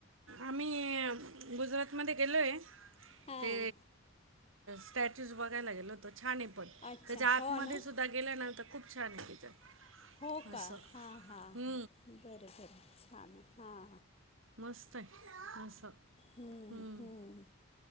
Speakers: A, on the right (about 75°); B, on the left (about 30°).
A: आम्ही गुजरात. मध्ये गेलोय.
B: हां
A: ते स्टॅचुज बघायला गेलो होतो. छान हाय पण.
B: अच्छा
A: त्याच्या आतमध्ये
B: हो ना
A: सुद्धा गेल्या नंतर खूप छान तेज्यात.
B: हो का
A: अस,
B: हां हां
A: ह.
B: हां बरं बरं छान हां
A: मस्त हाय. असं
B: हम्,
A: हम्म.
B: हम्.